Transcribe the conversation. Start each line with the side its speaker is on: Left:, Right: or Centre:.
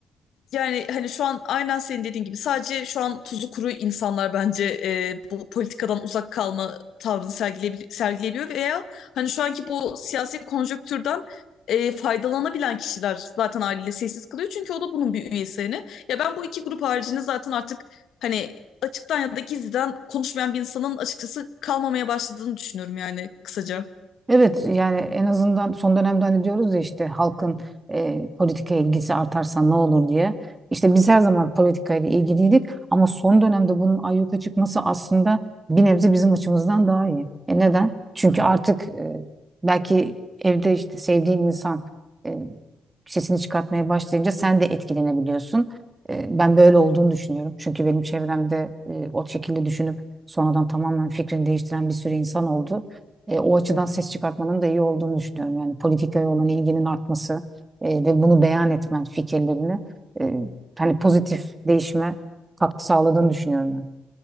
Left: Yani hani şu an aynen senin dediğin gibi sadece şu an tuzu kuru insanlar bence e, bu politikadan uzak kalma tavrını sergileyebil- sergileyebiliyor veya hani şu anki bu siyasi konjonktürden e, faydalanabilen kişiler zaten haliyle sessiz kalıyor çünkü o da bunun bir üyesi hani. Ya ben bu iki grup haricinde zaten artık hani açıktan ya da gizliden konuşmayan bir insanın açıkçası kalmamaya başladığını düşünüyorum yani kısaca.
Right: Evet yani en azından son dönemde hani diyoruz ya işte halkın e, politikaya ilgisi artarsa ne olur diye. İşte biz her zaman politikayla ilgiliydik ama son dönemde bunun ayyuka çıkması aslında bir nebze bizim açımızdan daha iyi. E neden? Çünkü artık e, belki evde işte sevdiğin insan e, sesini çıkartmaya başlayınca sen de etkilenebiliyorsun. E, ben böyle olduğunu düşünüyorum. Çünkü benim çevremde e, o şekilde düşünüp sonradan tamamen fikrini değiştiren bir sürü insan oldu. E, o açıdan ses çıkartmanın da iyi olduğunu düşünüyorum. Yani politikaya olan ilginin artması e, ve bunu beyan etmen fikirlerini e, hani pozitif değişime katkı sağladığını düşünüyorum